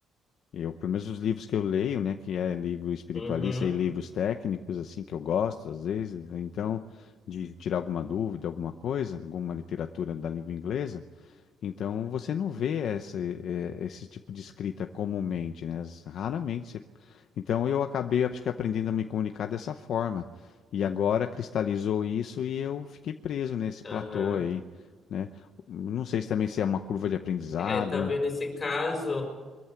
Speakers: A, on the left (about 55°); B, on the left (about 25°).
A: Eu, pelo menos os livros que eu leio, né, que é livro espiritualista
B: Uhum.
A: e livros técnicos, assim, que eu gosto, às vezes, então, de tirar alguma dúvida, alguma coisa, alguma literatura da língua inglesa, então você não vê essa, eh, esse tipo de escrita comumente, né? As- Raramente. você- Então eu acabei, acho que aprendendo a me comunicar dessa forma. E agora cristalizou isso e eu fiquei preso nesse
B: Aham.
A: platô aí, né? Não sei se também se é uma curva de aprendizado,
B: É, talvez nesse caso,